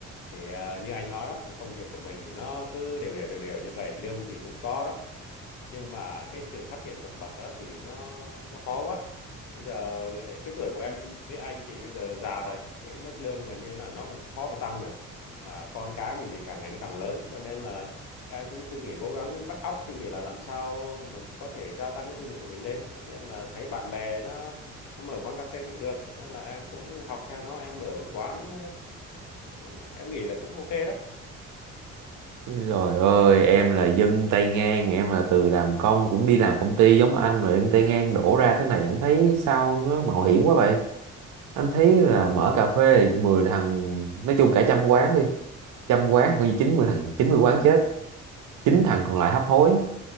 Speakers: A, on the left; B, on the right.
A: Thì ờ, như anh nói đó, công việc của mình thì nó cứ đều đều đều đều như vậy, lương thì cũng có đó nhưng mà cái sự phát triển vượt bậc á, thì nó nó khó quá bây giờ cái tuổi của em với anh thì bây giờ già rồi cái mức lương gần như là nó cũng khó mà tăng nữa mà con cái mình thì càng ngày nó càng lớn cho nên là em cũng suy nghĩ cố gắng vắt óc suy nghĩ là làm sao mà có thể gia tăng cái thu nhập của mình lên cho nên là thấy bạn bè nó nó mở quán cà phê cũng được cho nên là em cũng học theo nó em mở một quán ờ, em nghĩ là cũng ok đó
B: Trời ơi, em là dân tay ngang, em là từ làm công cũng đi làm công ty giống anh rồi dân tay ngang đổ ra thế này em thấy sao nó mạo hiểm quá vậy? anh thấy là mở cà phê thì 10 thằng nói chung cả trăm quán đi trăm quán coi như 90 thằng 90 quán chết chín thằng còn lại hấp hối